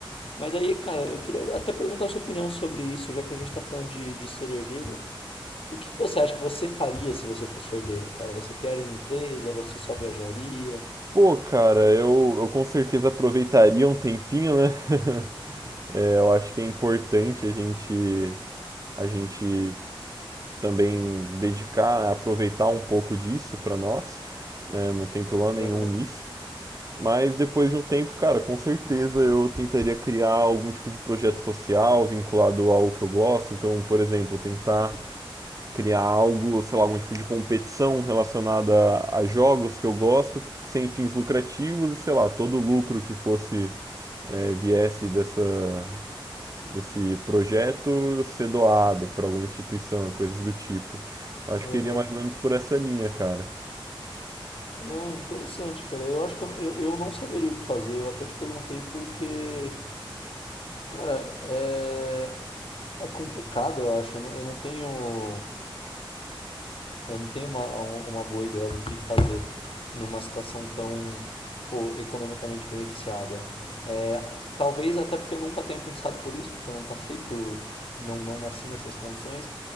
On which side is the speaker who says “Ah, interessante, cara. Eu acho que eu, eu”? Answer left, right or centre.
Left